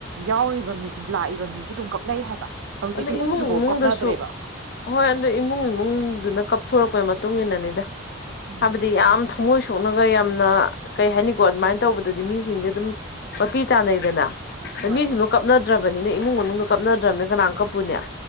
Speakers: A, on the right; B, on the left.
A: ꯌꯥꯎꯔꯤꯕ ꯃꯤ ꯂꯥꯛꯏꯕ ꯃꯤꯁꯨ ꯑꯗꯨꯝ ꯀꯞꯅꯩ ꯍꯥꯏꯕ ꯍꯧꯖꯤꯇꯤ
B: ꯑꯗ
A: ꯏꯃꯨꯡꯗꯨꯐꯥꯎ
B: ꯏꯃꯨꯡ ꯏꯃꯨꯡꯗꯁꯨ
A: ꯀꯞꯅꯗ꯭ꯔꯦꯕ
B: ꯍꯣꯏ ꯑꯗꯨ ꯏꯃꯨꯡ ꯏꯃꯨꯡꯗꯨꯅ ꯀꯞꯊꯣꯔꯛꯄꯩ ꯃꯇꯨꯡ ꯏꯟꯅꯅꯤꯗ
A: ꯎꯝ
B: ꯍꯥꯏꯕꯗꯤ ꯌꯥꯝ ꯊꯨꯡꯃꯣꯏ ꯁꯣꯛꯅꯒ ꯌꯥꯝꯅ ꯀꯩ ꯍꯥꯏꯅꯤꯀꯣ ꯑꯗꯨꯃꯥꯏꯅ ꯇꯧꯕꯗꯗꯤ ꯃꯤꯁꯤꯡꯁꯦ ꯑꯗꯨꯝ ꯃꯄꯤ ꯇꯥꯟꯅꯩꯗꯅ ꯗꯩꯩ
A: ꯍꯣꯏ
B: ꯃꯤꯁꯤꯡꯗꯣ ꯀꯞꯅꯗ꯭ꯔꯕꯅꯤꯅꯦ ꯏꯃꯨꯡ ꯃꯅꯨꯡꯗ ꯀꯞꯅꯗ꯭ꯔꯕꯅꯤ ꯀꯅꯥꯅ ꯀꯞꯄꯨꯅꯤ